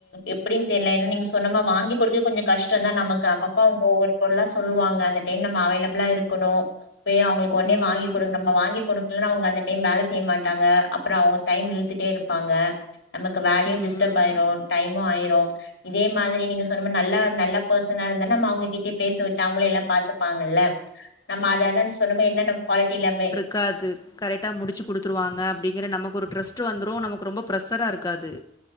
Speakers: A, on the left; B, on the left.
A: எப் எப்டின் தெர்ல ஏன்னா நீங்க சொன்னோமா வாங்கி குடுக்க கொஞ்ச கஷ்டதா நமக்கு அப்பப்ப அவங்க ஒவ்வொரு பொருளா சொல்லுவாங்க அந்த டைம் நம்ம அவைளபிலா இருக்கணு போய் அவங்களுக்கு ஒன்னே
B: ம்
A: வாங்கிகுடு
B: ம்.
A: நம்ம வாங்கிகுடு இல்லனா அவங்க அந்த டைம் வேல செய்ய மாட்டாங்க அப்பற அவங்க டைம் இழுத்துட்டே இருப்பாங்க நமக்கு வேலயு
B: ம்
A: டிஸ்டர்ப்
B: ம்.
A: ஆயிரு டைமு ஆய் ம் இதே மாதிரி நீங்க சொன்ன நல்ல நல்ல பர்சனா இருந்தா நம்ம அவங்ககிட்டையே பேச விட்டு அவங்களே எல்லா பாத்துப் ப்பாங்கல்ல நம்ம அத அதனு சொன்னுமே என்னென்ன குவாலிட்டி எல்லாமே
B: காது கரக்ட்டா முடிச்சு குடுத்துருவாங்க அப்டிங்கிற நமக்கு ஒரு ட்ரஸ்ட்டு வந்துரு நமக்கு ரொம்ப ப்ரெஷ்ஷரா இருக்காது